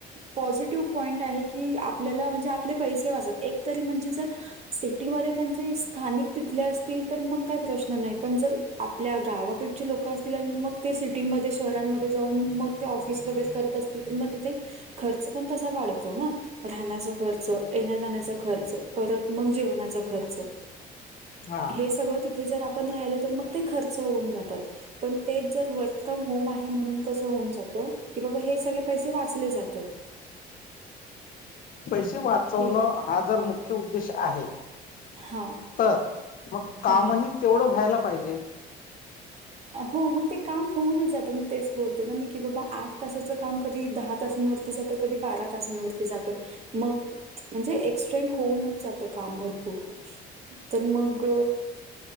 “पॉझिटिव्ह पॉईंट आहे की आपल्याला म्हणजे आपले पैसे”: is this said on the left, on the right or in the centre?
Right